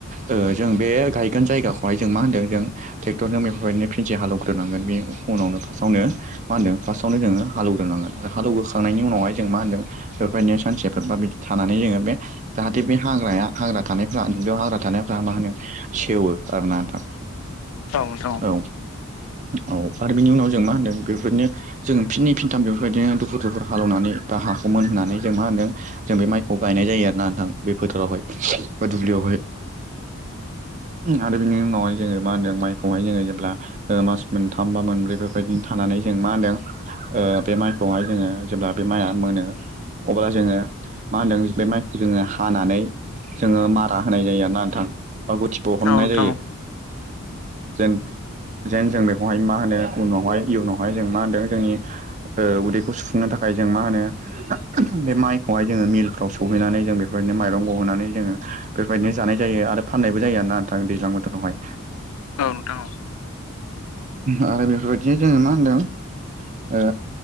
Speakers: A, on the right (about 35°); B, on the left (about 80°).
A: ओ जों बे गाय गोन जायगाखौहाय जों मा होनदों जों ट्रेक्टरजों बेफोरबायदिनो फिनसे हालौग्रोनांगोन बेनि उनाव फार्स्टआवनो मा होन्दों फार्स्टआवनो जोङो हालौग्रोनांगोन आरो हालौग्रोखांनायनि उनावहाय जों मा होनदों बेफोरबायदिनो सानसेफोर बा बिदि थानानै जोङो बे जाहाथे बे हाग्राया हाग्रा थानायफ्रा दुब्लियाव हाग्रा थानायफ्रा मा होनो सेवो आरो ना नोंथां।
B: नोंथां
A: औ औ आरो बिनि उनाव जों मा होनदों। बेफोरदिनो जों फिनै फिनथाम बेफोरबायदिनो दुफुर दुफुर हालेवनानै बा हा मोन होननानै जों मा होनदों जों बे माइखौ गायनाय जायो आरोना नोंथां। बे फोथारावहाय बा दुब्लियावहाय आरो बिनि उनावहाय जोङो मा होनदों माइखौहाय जोङो जेब्ला ओ मास मोनथाम बा मोनब्रै बेफोरबायदि थानानै जों मा होनदों ओ बे माइखौहाय जोङो जेब्ला बे माइआ मोनो अब्ला जोङो मा होनदों बे माइखौ जोङो हानानै जोङो मारा होनाय जायो आरोना नोंथां। बा गुथि बहननाय
B: औ औ नोंथां
A: जायो जेन जेन जों बेहाय मा होनो उनावहाय इयुनावहाय जों मा होनदों जोंनि ओ उदैखौ सुफुंनो थाखाय जों मा होनो बे माइखौहाय जोङो मिलफ्राव सहैनानै जों बेफोर बिदिनो माइरं गहोनानै जोङो बेफोरबायदिनो जानाय जायो आरो फाननायबो जायो आरोना नोंथां दैज्लां बोथोरावहाय।
B: औ नोंथां औ।
A: आरो बेफोरबायदिनो जोङो मा होनदों ओ